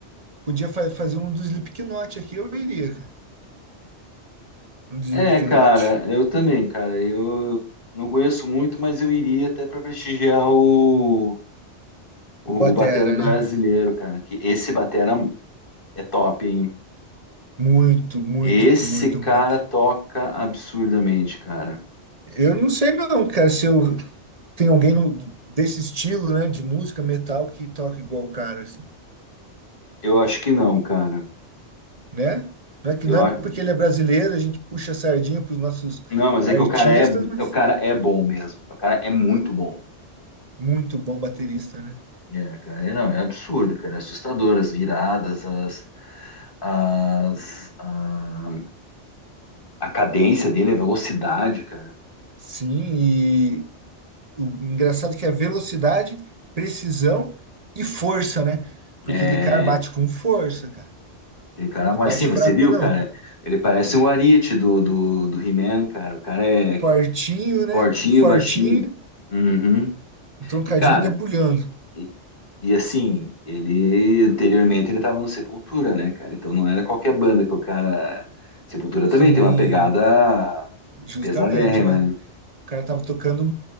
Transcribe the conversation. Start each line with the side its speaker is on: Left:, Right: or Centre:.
Right: Podia fa- fazer um do Slipknot aqui, eu iria, cara. Um do Slipknot.
Left: É, cara, eu também, cara. Eu não conheço muito, mas eu iria até para prestigiar o, o,
Right: O Batera,
Left: o batera brasileiro,
Right: né?
Left: cara. Que esse batera é top, hein?
Right: Muito, muito,
Left: Esse
Right: muito,
Left: cara
Right: muito.
Left: toca absurdamente, cara.
Right: Eu não sei não, cara, se eu tem alguém no- desse estilo, né, de música metal que toca igual o cara, assim,
Left: Eu acho que não, cara.
Right: né? Não é que
Left: Eu
Right: não
Left: a...
Right: é porque ele é brasileiro, a gente puxa a sardinha pros nossos
Left: Não, mas
Right: artistas,
Left: é que o cara é,
Right: mas
Left: o cara é bom mesmo. O cara é muito bom.
Right: muito bom baterista, né?
Left: É, cara, é, não, é absurdo, cara, é assustador as viradas, as, as, a, a cadência dele, a velocidade, cara.
Right: Sim, e o engraçado é que é velocidade, precisão e força, né? Porque
Left: É,
Right: ele, cara, bate com força, cara.
Left: ele, cara,
Right: Não
Left: mas
Right: bate
Left: sim, você
Right: fraco,
Left: viu,
Right: não.
Left: cara? Ele parece um Arite do, do, do He-Man, cara. O cara é
Right: Fortinho, né?
Left: fortinho,
Right: Fortinho,
Left: baixinho. Uhum.
Right: um troncadinho
Left: E, cara,
Right: e debulhando.
Left: e, e assim, ele anteriormente ele tava no Sepultura, né, cara? Então não era qualquer banda que o cara. Sepultura
Right: Sim,
Left: também tem uma pegada
Right: justamente,
Left: pesadérrima,
Right: né?
Left: né?
Right: O cara tava tocando